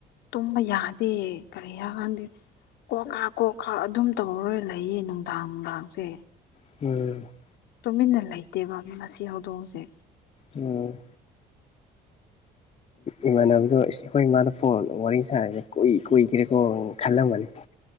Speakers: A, on the left (about 80°); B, on the left (about 40°).
A: ꯇꯨꯝꯕ ꯌꯥꯗꯦ ꯀꯔꯤꯔ ꯈꯪꯗ‌ꯦ ꯀꯣꯛ ꯀꯥ ꯀꯣꯛ ꯀꯥ ꯑꯗꯨꯝ ꯇꯧꯔ ꯂꯩꯌꯦ ꯅꯨꯡꯗꯥꯡ ꯅꯨꯡꯗꯥꯡꯁꯦ
B: <unintelligible>
A: ꯇꯨꯃꯤꯟꯅ ꯂꯩꯇꯦꯕ ꯃꯁꯤ ꯍꯧꯗꯣꯡꯁꯦ
B: ꯎꯝ ꯏꯃꯥꯟꯅꯕꯗꯣ ꯏꯁ ꯑꯩꯈꯣꯏ ꯏꯃꯥꯗ ꯐꯣꯟ ꯋꯥꯔꯤ ꯁꯥꯔꯤꯅꯤ ꯀꯨꯏ ꯀꯨꯏꯈ꯭ꯔꯦꯀꯣ ꯈꯜꯂꯝꯕꯅꯤ